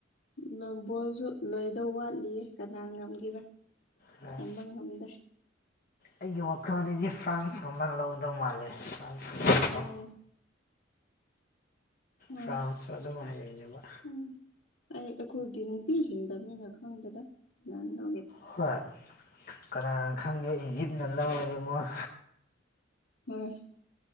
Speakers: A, on the left; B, on the left.
A: ꯅꯝꯕꯣꯜꯁꯨ ꯂꯣꯏꯗꯧ ꯋꯥꯠꯂꯤ ꯀꯅꯥ ꯉꯝꯒꯦꯔꯥ
B: ꯍꯣꯏ
A: ꯇꯝꯕ ꯉꯝꯗꯦ
B: ꯑꯩꯒꯤ ꯋꯥꯈꯜꯗꯗꯤ ꯐ꯭ꯔꯥꯟꯁꯀꯨꯝꯕ ꯂꯧꯗꯧ ꯃꯥꯜꯂꯦ ꯐ꯭ꯔꯥꯟꯁꯀꯨꯝꯕ
A: ꯎꯝ
B: ꯀꯣ
A: ꯍꯣꯏ
B: ꯐ꯭ꯔꯥꯟꯁ ꯑꯗꯨꯝ ꯍꯩꯕꯅꯦꯕ
A: ꯈꯪꯗꯦ ꯑꯩ ꯑꯩꯈꯣꯏꯗꯤ ꯅꯨꯡꯇꯤ ꯍꯤꯡꯗꯕꯅꯤꯅ ꯈꯪꯗ꯭ꯔꯦ ꯀꯅꯅ ꯂꯧꯒꯦ
B: ꯍꯣꯏ ꯀꯅꯥꯅ ꯈꯪꯒꯦ ꯏꯖꯤꯞꯅ ꯂꯧꯔꯗꯤ ꯃꯣꯏ
A: ꯎꯝ